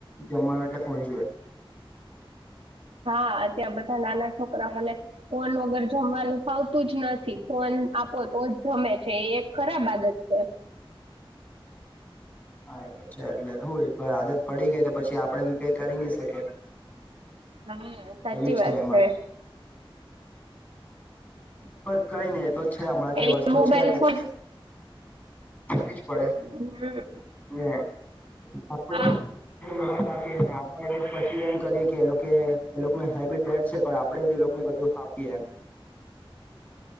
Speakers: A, on the left; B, on the right.
A: જમવાનું એટલે ફોન જોએ.
B: <inaudible> હા, અત્યાર બધા નાના છોકરાઓને ફોન વગર જમવાનું ફાવતું જ નથી. ફોન આપો તો જ જમે છે. એ એક ખરાબ આદત છે.
A: હા, એતો છે. એટલે હું એકવાર આદત પડી ગઈ તો પછી આપડે બી કઈ કરી ની શકે.
B: હન, સાચી
A: એવી
B: વાત
A: એમાં
B: છે.
A: પણ કઈ નઈ એ તો છે હમણાં જે
B: એ
A: વસ્તુ
B: મોબાઈલ
A: છે તે
B: ફોન
A: છે. વીજ પડે
B: હમ,
A: ને આપડે
B: હા
A: મોબાઈલ આપીએ આપણે પછી એમ કરીએ કે એ એ લોકોને હેબિટ બેઠ છે પણ આપણેે એ લોકો ને બધું હાપી એમ <inaudible>